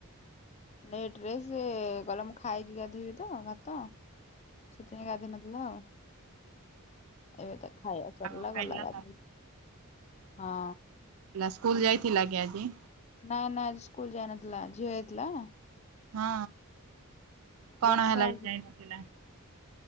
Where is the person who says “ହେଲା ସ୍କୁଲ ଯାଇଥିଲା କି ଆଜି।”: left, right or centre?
Right